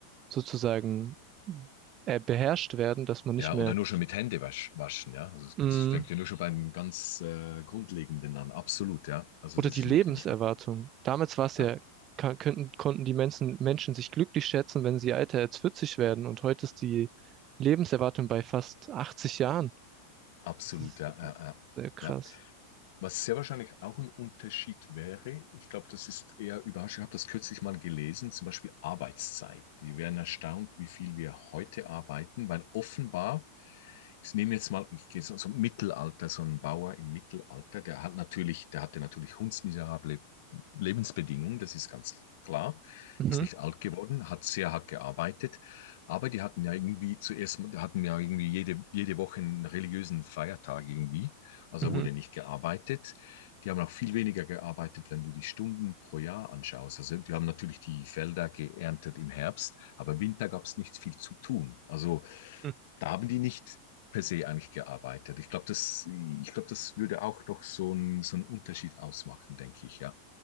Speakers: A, on the right; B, on the left.
A: sozusagen äh, beherrscht werden, dass man nicht
B: Ja,
A: mehr
B: oder nur schon mit Hände wasch, waschen, ja. Also es,
A: Mm,
B: es fängt ja nur schon beim ganz äh, Grundlegenden an. Absolut, ja. Also
A: Oder
B: das
A: die
B: ist
A: Lebenserwartung.
B: natürlich,
A: Damals war es ja,
B: ja,
A: ka- könnten, konnten die Menschen, Menschen sich glücklich schätzen, wenn sie älter als 40 werden. Und heute ist die Lebenserwartung bei fast 80 Jahren.
B: absolut,
A: Das ist
B: ja, ja,
A: auch
B: ja.
A: sehr krass.
B: ja. Was sehr wahrscheinlich auch ein Unterschied wäre, ich glaube, das ist eher überraschend. Ich habe das kürzlich mal gelesen, zum Beispiel Arbeitszeit. Die wären erstaunt, wie viel wir heute arbeiten, weil offenbar, ich nehme jetzt mal, ich gehe so so ein Mittelalter, so ein Bauer im Mittelalter, der hat natürlich, der hatte natürlich hundsmiserable Lebensbedingungen, das ist ganz klar,
A: Mhm,
B: ist nicht alt geworden, hat sehr hart gearbeitet, aber die hatten ja irgendwie zuerst, hatten ja irgendwie jede, jede Woche einen religiösen Feiertag irgendwie. Also
A: mhm.
B: wurde nicht gearbeitet. Die haben auch viel weniger gearbeitet, wenn du die Stunden pro Jahr anschaust. Also die haben natürlich die Felder geerntet im Herbst, aber im Winter gab es nicht viel zu tun. Also
A: mhm.
B: da haben die nicht per se eigentlich gearbeitet. Ich glaube, das, ich glaube, das würde auch noch so ein, so einen Unterschied ausmachen, denke ich, ja.